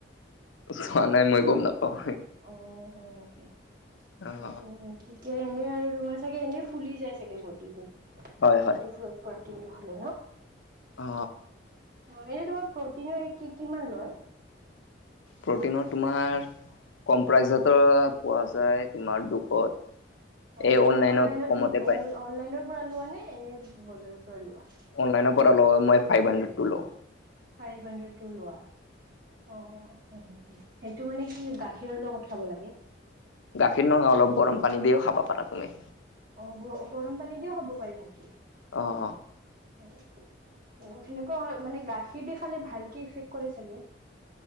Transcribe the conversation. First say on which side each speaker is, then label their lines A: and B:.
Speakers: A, on the left (about 85°); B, on the right (about 45°).
A: চোৱা নাই মই গম নাপাওঁ।
B: অ হয় নেকি
A: অ',
B: সেইটোহে। তেতিয়া এনেই আৰু তোমাৰ চাগে এনেই ফুলি যায় চাগে বডিটো সেইটো
A: হয়, হয়,
B: প্ৰটিনটো খালে ন?
A: অ,
B: অ এনে তোমাৰ প্ৰটিনৰ কি কিমান লয়।
A: প্ৰটিনৰ তোমাৰ কম প্ৰাইজ পোৱা যায় তোমাৰ দুশত।
B: অ
A: এই
B: তুমি অনলাইনত
A: কমতে পায়,
B: অনলাইনৰ পৰা লোৱা নে এনে বজাৰৰ পৰা লোৱা?
A: অনলাইনৰ পৰা লও মই ফাইভ হানড্ৰেদটো লওঁ।
B: ফাইভ হাণ্ড্ৰেড টো লোৱা। অ হয় নিকি? সেইটো মানে কি গাখীৰৰ লগত খাব লাগে।
A: গাখীৰ নহয় অলপ গৰম পানী দিও খাবা পাৰা তুমি।
B: অ গ গৰম পানী দিও খাব পাৰি নেকি?
A: অ, অ,
B: অ সেনেকুৱা মানে গাখীৰ দি খালে ভালকে ইফেক্ট কৰে চাগে।